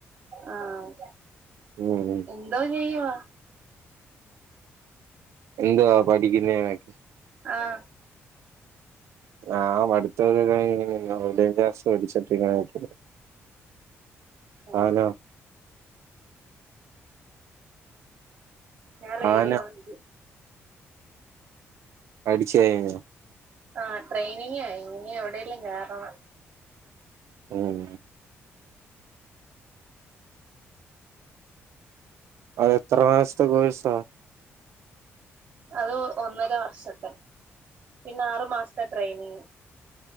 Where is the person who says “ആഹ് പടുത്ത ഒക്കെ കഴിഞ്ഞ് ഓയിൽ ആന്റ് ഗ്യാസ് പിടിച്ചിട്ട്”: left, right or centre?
Right